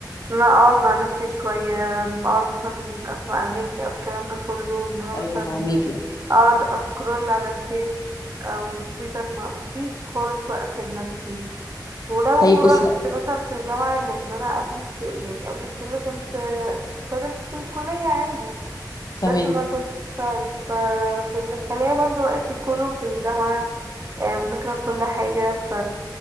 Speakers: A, on the right; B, on the left.
A: ان انا اقعد مع نفسي شوية اقعد مثلا اسمع اغاني او الكلام ده كله ان انا مثلا
B: ايوه فهميكي
A: اقعد اسكرول على الفيس او تويتر ما مفيش خالص وقت لنفسي ولو
B: طيب بصي
A: رحت مثلا في الجامعة لان انا قبل الشغل يعني قبل الشغل كنت بدرس في الكلية عادي
B: تمام
A: بس ما كنتش بشتغل ففي الداخلية برضو وقتي كله في الجامعة آه، مذاكرة كل حاجة ف